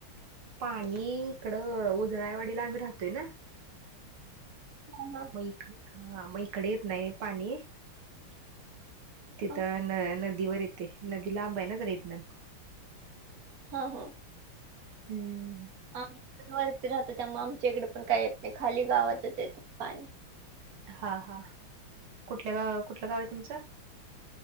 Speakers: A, on the right; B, on the right.
A: पाणी इकडं उजळाळवाडीला आम्ही राहतोय ना.
B: हो
A: म हा मग इकडे येत नाही पाणी. तिथं
B: हा
A: न नदीवर येते नदी लांब आहे ना जरा इथन.
B: हा हा
A: हम्म
B: आम्ही पण वरती राहतो त्यामुळे आमच्या इकडे पण काही येत नाही खाली गावातच येतो पाणी.
A: हा हा कुठलं गाव कुठलं गाव आहे तुमचं?